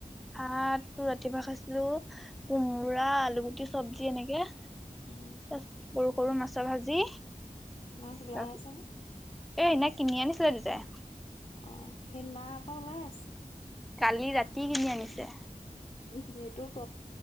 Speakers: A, in the centre; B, on the left (about 45°).
A: ভাত, ৰাতিপুৱা খাইছিলো, কোমোৰা আলুগুটি চব্জি এনেকে
B: উম।
A: তাৰপিছত সৰু সৰু মাছৰ ভাজি।
B: মাছ ওলাই
A: তাৰপিছত
B: আছেনে?
A: এ সেইদিনা কিনি আনিছিলে দেতাই।
B: অ', সেইদিনাপা ওলাই আছে।
A: কালি ৰাতি কিনি আনিছে।
B: <inaudible> সেইটো ক।